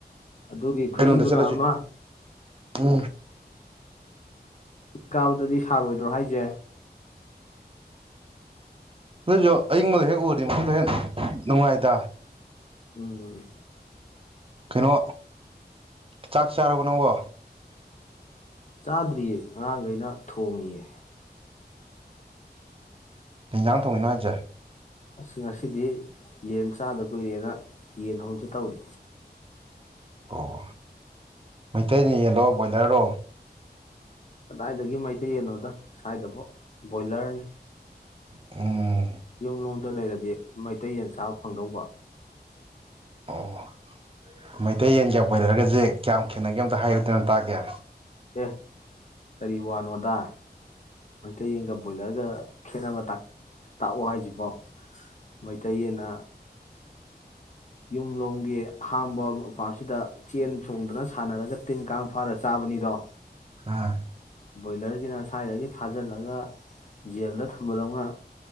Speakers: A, on the left; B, on the right.
A: ꯑꯗꯨꯒꯤ ꯈꯨꯌꯤꯡꯗꯨꯅ
B: ꯀꯩꯅꯣꯗ ꯆꯠꯂꯨꯁꯤ
A: ꯑꯃ
B: ꯎ
A: ꯆꯤꯡ ꯀꯥꯕꯗꯗꯤ ꯁꯥꯔꯣꯏꯗ꯭ꯔꯣ ꯍꯥꯏꯁꯦ
B: ꯗꯣꯢꯖꯨ ꯑꯏꯪꯕꯗ ꯍꯦꯛ ꯃꯗꯅꯨꯡꯉꯥꯏ ꯗ
A: ꯎꯝ
B: ꯀꯩꯅꯣ ꯆꯥꯛ ꯆꯥꯔꯕꯣ ꯅꯪꯕꯣ
A: ꯆꯥꯗ꯭ꯔꯤꯌꯦ ꯑꯉꯥꯡꯈꯩꯅ ꯊꯣꯡꯉꯤꯌꯦ
B: ꯀꯩꯖꯥꯡ ꯊꯣꯡꯉꯤꯅꯣ ꯍꯥꯏꯖꯦ
A: ꯑꯁ ꯉꯁꯤꯗꯤ ꯌꯦꯟ ꯆꯥꯗ ꯀꯨꯏꯔꯦꯅ ꯌꯦꯟ ꯇꯧꯁꯤ ꯇꯧꯔꯤ
B: ꯑꯣ ꯃꯩꯇꯩꯅꯤ ꯌꯦꯜꯂꯣ ꯕꯣꯏꯂꯔꯣ
A: ꯀꯗꯥꯏꯗꯒꯤ ꯃꯩꯇꯩꯌꯦꯅꯣꯗ ꯁ꯭ꯋꯥꯏꯗꯕꯨ ꯕꯣꯏꯂꯔꯅꯤ
B: ꯑꯣ
A: ꯌꯨꯝꯂꯣꯝꯗ ꯂꯩꯔꯗꯤ ꯃꯩꯇꯩ ꯌꯦꯟꯆꯥ ꯐꯪꯗꯧꯕ
B: ꯑꯣ ꯃꯩꯇꯩ ꯌꯦꯟꯒ ꯕꯣꯢꯂꯔꯒꯁꯦ ꯀꯌꯥꯝ ꯈꯦꯠꯅꯒꯦ ꯑꯝꯇ ꯍꯥꯏꯌꯨꯗꯅ ꯑꯝꯇ ꯇꯥꯒꯦ
A: ꯑꯦ ꯀꯔꯤ ꯋꯥꯅꯣꯗ ꯃꯩꯇꯩꯌꯦꯟꯒ ꯕꯣꯏꯂꯔꯒ ꯈꯦꯅꯕ ꯇꯥꯛꯑꯣ ꯍꯥꯏꯁꯤꯕꯣ ꯃꯩꯇꯩꯌꯦꯅ ꯌꯨꯝꯂꯣꯝꯒꯤ ꯑꯍꯥꯡꯕ ꯃꯄꯥꯁꯤꯗ ꯆꯦꯟ ꯆꯣꯡꯗꯨꯅ ꯁꯥꯟꯅꯔꯒ ꯇꯤꯟ ꯀꯥꯡ ꯐꯥꯔ ꯆꯥꯕꯅꯤꯗꯣ
B: ꯑꯥ
A: ꯕꯣꯏꯂꯔꯁꯤꯅ ꯁ꯭ꯋꯥꯏꯗꯒꯤ ꯐꯥꯖꯤꯜꯂꯒ ꯖꯦꯜꯗ ꯊꯝꯕꯗꯧꯅ